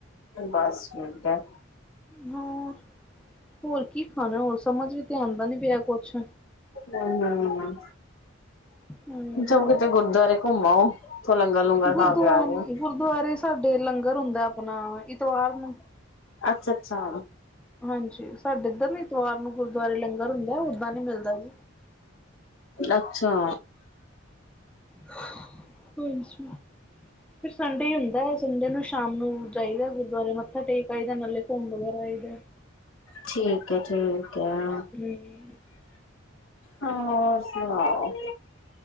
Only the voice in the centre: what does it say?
ਹਾਂ, ਹੋਰ ਕੀ ਖਾਣਾ ਹੋਰ ਸਮਝ ਵੀ ਨੀ ਪਿਆ ਕੁਛ।
ਹਮ
ਗੁਰਦੁਆਰੇ
ਗੁਰਦੁਆਰੇ ਸਾਡੇ ਲੰਗਰ ਹੁੰਦਾ ਆਪਣਾ ਇਤਵਾਰ ਨੂੰ।
ਹਾਂਜੀ ਸਾਡੇ ਇੱਧਰ ਨਾ ਇਤਵਾਰ ਨੂੰ ਗੁਰਦੁਆਰੇ ਲੰਗਰ ਹੁੰਦਾ ਓਦਾਂ ਨੀ ਮਿਲਦਾ ਜੀ।
ਹਾਂਜੀ। ਫਿਰ ਸੰਡੇ ਹੀ ਹੁੰਦਾ ਹੈ, ਸੰਡੇ ਨੂੰ ਸ਼ਾਮ ਨੂੰ ਜਾਈਦਾ ਗੁਰਦੁਆਰੇ ਮੱਥਾ ਟੇਕ ਆਈਦਾ ਨਾਲੇ ਘੁੰਮ ਵਗੈਰਾ ਆਈਦਾ।
ਹੂੰ।